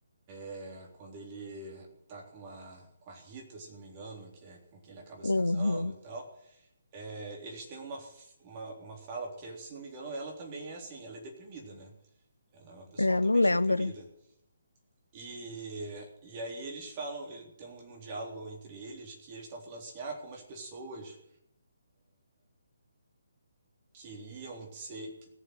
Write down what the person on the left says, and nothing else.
uhum.
É,
não lembro.